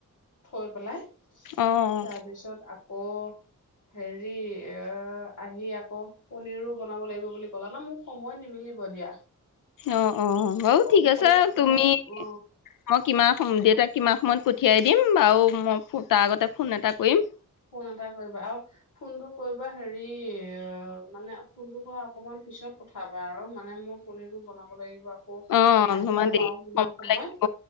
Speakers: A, on the left; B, on the left.
A: থৈ পেলাই
B: অ'।
A: তাৰপিছত আকৌ হেৰি এ আহি আকৌ পনীৰো বনাব লাগিব বুলি ক'লা ন মোক সময় নিমিলিব দিয়া
B: অ অ বাৰু
A: আকৌ
B: ঠিক
A: দুপৰীয়া
B: আছে
A: ঘৰ
B: তুমি
A: অ
B: মই কিমান দেউাক কিমান সময়ত পঠিয়াই দিম বাৰু মই তাৰ আগতে ফোন এটা কৰিম
A: ফোন এটা কৰিবা আৰু ফোনটো কৰিবা হেৰি অ মানে ফোনটো কৰা অকমান পিছত পঠাবা আৰু মানে মই পনিৰটো বনাব লাগিব আকৌ
B: অ
A: আহিবা
B: তোমাৰ দেৰি
A: পাও কিমান
B: কমব
A: সময়
B: লাগিব